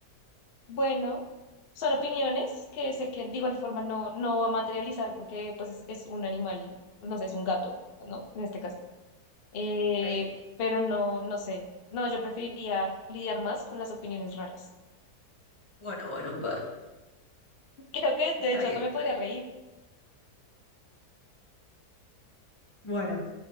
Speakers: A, on the left; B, on the left.
A: bueno, son opiniones que sé que de igual forma no, no va a materializar porque pues es, es un animal, no sé, es un gato, ¿no? En este caso. Eh,
B: Ok.
A: pero no, no sé. No, yo preferiría lidiar más con las opiniones raras.
B: Bueno, bueno, bueno.
A: <laughs> Creo que
B: Está
A: de hecho
B: bien,
A: hasta me
B: está
A: podría
B: bien.
A: reír.
B: Bueno,